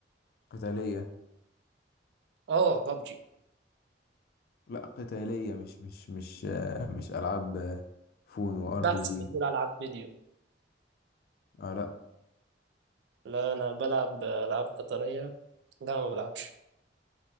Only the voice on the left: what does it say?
قتالية
لا قتالية مش مش مش آه، مش العاب آه، فون وار
بي جي
اه لا